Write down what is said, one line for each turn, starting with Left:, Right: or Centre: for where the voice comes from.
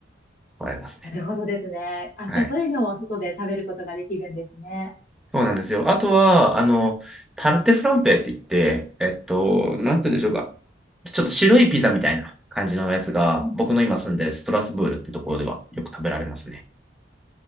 Centre: <laughs> これありますね。
Left: なるほどですね。あ、
Centre: はい。
Left: じゃあそういうのを外で食べることができるんですね。
Centre: そうなんですよ。あとは、あの、タルテフランペって言って、えっと、
Left: うん
Centre: なんて言うんでしょうか。ちょっと白いピザみたいな感じのやつが、
Left: うん
Centre: 僕の今住んでるストラスブールってところではよく食べられますね。